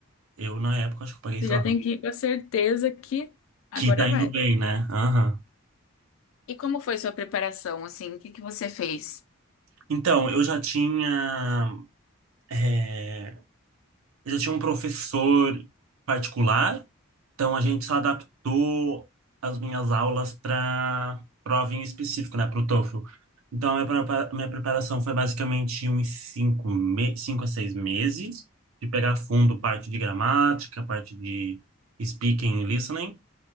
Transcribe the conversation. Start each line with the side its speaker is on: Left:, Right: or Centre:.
Right: eu na época acho que eu paguei,
Left: Você
Right: sei
Left: já
Right: lá,
Left: tem que ir com a certeza que agora
Right: que tá indo
Left: vai.
Right: bem, né? Aham.
Left: E como foi sua preparação, assim? O que que você fez?
Right: Então, eu já tinha. eh, Eu já tinha um professor particular, então a gente só adaptou as minhas aulas para prova em específico, né, para o TOEFL. Então, a minha prepa- minha preparação foi basicamente uns cinco, me cinco a seis meses, de pegar fundo parte de gramática, parte de speaking e listening,